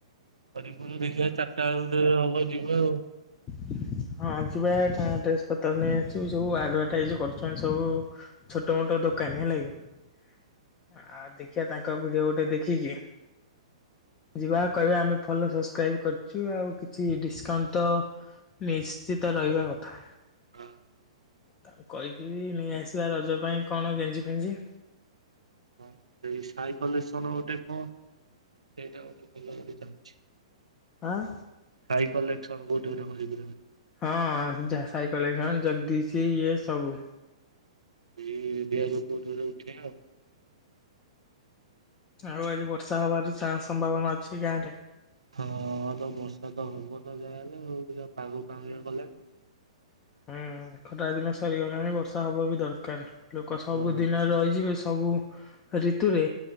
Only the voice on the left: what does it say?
<inaudible> ହଁ ଯିବା ଟା ଡ୍ରେସ ପତ୍ର ନେଇ ଆସିବୁ। ସବୁ ଆଡଭର୍ଟାଇଜ କରୁଚନ୍ତି ସବୁ। ଛୋଟ ମୋଟ ଦୋକାନୀ ହେଲା କି ଆଉ ଦେଖିବା ତାଙ୍କ ଭିଡିଓ ଗୋଟେ ଦେଖିକି ଯିବା କହିବା ଆମେ ଫଲୋ ସବସ୍କ୍ରାଇବ୍ କରିଚୁ ଆଉ କିଛି ଡିସକାଉଣ୍ଟ ତ ନିଶ୍ଚିତ ରହିବା କଥା।
ତାଙ୍କୁ କହିକି ନେଇ ଆସିବା ରଜ ପାଇଁ କଣ ଗେଞ୍ଜି ଫେଞ୍ଜି।
ଆଁ।
ହଁ ଯାହା ସାଇ କେଲେକସନ ଜଗଦୀଶ ଇଏ ସବୁ।
ଆଉ ଆଜି ବର୍ଷା ହବାର ଚାନ୍ ସମ୍ଭାବନା ଅଛି ଗାଁ ରେ।
ଆଁ ଖଟା ଦିନ ସରିଗଲାଣି ବର୍ଷା ହବ ବି ଦରକାର। ଲୋକ ସବୁଦିନ
ରହିଯିବେ। ସବୁ ଋତୁରେ